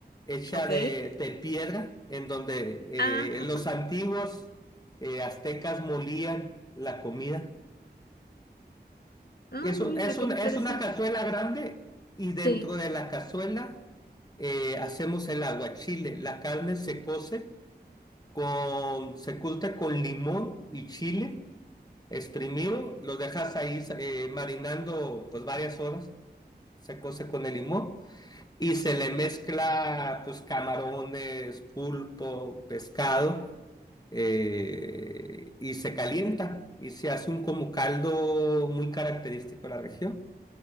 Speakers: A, on the left (about 20°); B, on the left (about 65°).
A: hecha
B: ¿Ok?
A: de, de piedra en donde
B: Ah,
A: eh,
B: ajá.
A: los antiguos eh, aztecas molían la comida.
B: Ah,
A: Eso
B: mira,
A: es,
B: qué
A: un-
B: interesante.
A: es una cazuela grande y dentro
B: Sí.
A: de la cazuela eh, hacemos el aguachile. La carne se cose con, se curte con limón y chile exprimido, los dejas ahí eh, marinando pues varias horas, se cose con el limón y se le mezcla pues camarones, pulpo, pescado eh, y se calienta y se hace un como caldo muy característico de la región.